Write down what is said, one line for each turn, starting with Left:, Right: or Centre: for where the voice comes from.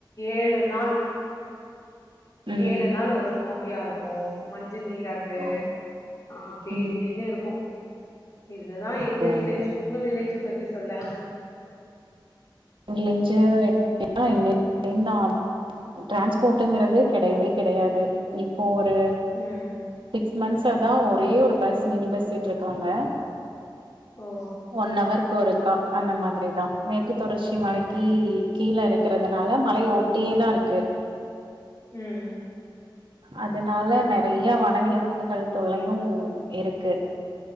Left: ஏழு நாள்
Right: ம்
Left: ஏழு நாள் ஒரு நோ யா இருக்கும் மஞ் நீராட்டு
Right: ஓ
Left: அப்படி
Right: ம்
Left: இப்படின்னு இருக்கும் இதுதான்
Right: ஓகே
Left: எங்க வில்லேஜ்
Right: ஓகே
Left: உங்க வில்லேஜ் பத்தி த்தி சொல்ல
Right: <unintelligible> டிரான்ஸ்போர்ட்ங்றது கெடையவே கெடையாது இப்போ ஒரு
Left: ம்
Right: சிக்ஸ் மன்த்ஸ் இப்ப தான் ஒரே ஒரு பஸ் மினி பஸ் விட்டுருக்காங்க
Left: ஓ
Right: ஒன் அவர் கொறுக்கா அந்த மாதிரிதா நேத்து தொடற்சியா மலைக்கு
Left: ம்
Right: கீழ எறக் இருக்கிறதுனால மலய ஒட்டியேதா இருக்கு
Left: உம்
Right: அதனால நெறயா வனவிலங்குகள் தொல்லையு இருக்கு